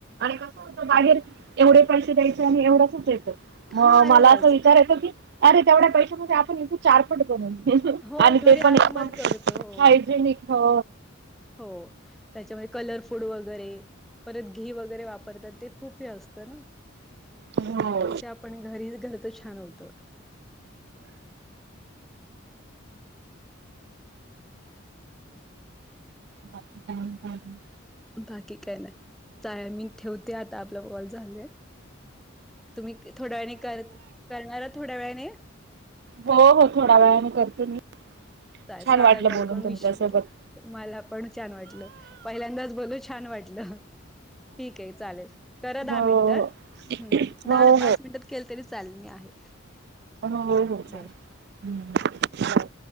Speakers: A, on the right (about 55°); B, in the centre.
A: आणि कस होत बाहेर एवढे पैसे द्यायचे आणि एवढंसच येतं. मग
B: हा एवढंच
A: मला असं विचारायचं की अरे तेवढ्या पैशा म्हण आपण इ चारपट बून
B: हो
A: आणि
B: घरी
A: ते पण
B: आरामात
A: एकदम
B: करतो हो
A: हायजेनिक हो
B: हो त्याच्यामध्ये कलर फूड वगैरे परत घी वगैरे वापरतात ते खूप हे असत ना त्यापेक्षा
A: हो
B: पण घरीच घर तर छान होतं.
A: बाकी काय नाही.
B: बाकी काय नाही चालेल मी ठेवते आता आपला कॉल झालेय. तुम्ही थोड्या वेळाने कर करणार थोड्या वेळाने
A: हो हो थोडा वेळाने करतो मी.
B: <unintelligible> होय
A: छान
B: साधा
A: वाटलं
B: कॉल
A: बोलून
B: करून विषय
A: तुमच्यासोबत
B: बदला मला पण छान वाटलं पहिल्यांदाच बोलून छान वाटलं. ठीक आहे चालेल करा दहा
A: हो
B: मिनटात दहा
A: हो
B: नाही
A: हो
B: पाच मिनटात केलं तरी चालेल मी आहे.
A: हो होच ह
B: बरं.
A: चालेल.